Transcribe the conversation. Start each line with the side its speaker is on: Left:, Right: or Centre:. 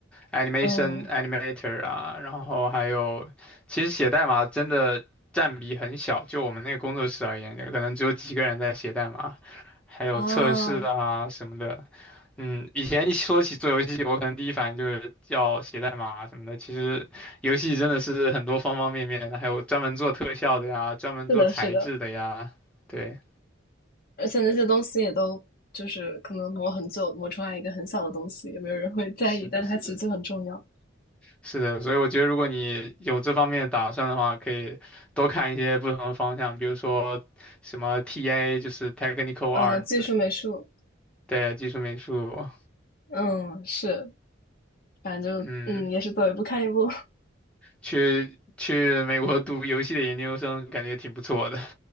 Centre: animation
Left: 嗯，
Centre: animator 啊，然后还有其实写代码真的占比很小，就我们那个工作室而言，可能只有几个人在写代码，还有测试啊什么的。
Left: 哦，
Centre: 嗯，以前一说起做游戏，我可能第一反应就是要写代码啊什么的。其实游戏真的是很多方方面面的，还有专门做特效的呀，专门做材质的呀。
Left: 是的，是的，
Centre: 对，
Left: 而且那些东西也都就是可能磨很久，磨出来一个很小的东西，也没有人会在意，
Centre: 是的，
Left: 但它其实就很重要。
Centre: 是的，是的。所以我觉得，如果你有这方面的打算的话，可以多看一些不同的方向，比如说什么 TA，就是 Technical
Left: 嗯，
Centre: Art，
Left: 技术美术，
Centre: 对，技术美术。
Left: 嗯，是，反正就嗯，
Centre: 嗯，
Left: 也是走一步看一步，
Centre: 去去美国读游戏的研究生，感觉挺不错的。